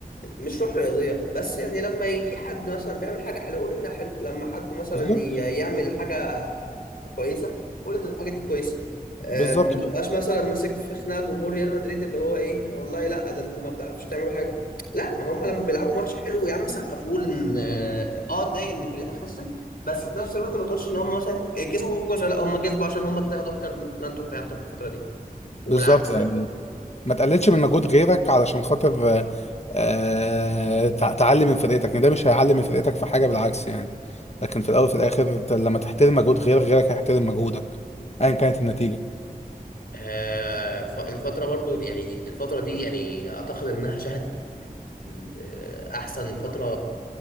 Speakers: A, on the left; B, on the left.
A: مش روح رياضية بس يعني لما ي- في حد مثلا بيعمل حاجة حلوة قول إنها حلوة لما حد مثلا
B: بالظبط
A: ي- يعمل حاجة كويسة قول إن الحاجة دي كويسة آه،
B: بالظبط
A: ما تبقاش مثلا ماسك في خناقة جمهور ريال مدريد اللي هو إيه والله لا ده أنتوا ما بتعرفوش تعملوا حاجة لا ما هم لما بيلعبوا ماتش حلو يا عم سقف وقول إن آه آه، اتضايق إن فرقتك خسرت بس في نفس الوقت ما تقولش إن هم مثلا كسبوا بالكوسة لا هم كسبوا عشان هم اجتهدوا أكتر ما أنتوا اجتهدتوا في الفترة دي والعكس
B: بالظبط يعني ما تقللش من مجهود غيرك علشان خاطر آه، آه، تع- تعلي من فرقتك يعني ده مش هيعلي من فرقتك في حاجة بالعكس يعني لكن في الاول وفي الاخر أنت لما تحترم مجهود غيرك غيرك هيحترم مجهودك ايا كانت النتيجة
A: آه، ف- الفترة برضو دي- يعني الفترة دي يعني أعتقد إنها شهدت ال- آه، أحسن فترة